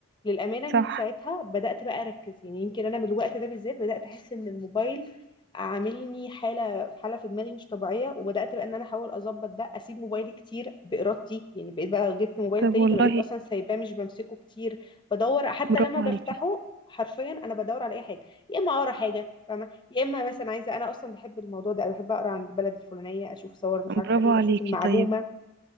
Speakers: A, on the left; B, on the right.
A: للامانه من
B: صح
A: ساعتها بدات بقى اركز يعني يمكن انا من الوقت ده بالذات بدات احس ان الموبايل عاملني حاله حاله في دماغي مش طبيعيه وبدات بقى ان انا احاول اظبط ده اسيب موبايلي كتير بارادتي يعني بقيت بقى جبت موبايل
B: طب
A: تاني
B: والله
A: فبقيت اصلا سايباه مش بمسكه كتير بدور حتى
B: برافو
A: لما بفتحه
B: عليكي
A: حرفيا انا بدور على اي حاجه يا اما اقرا حاجه فاهمه يا اما مثلا عايزه انا اصلا بحب الموضوع ده أوي، بحب اقرا عن البلد الفلانيه اشوف صور مش عارفه
B: برافو
A: ايه
B: عليكي
A: اشوف المعلومه
B: طيب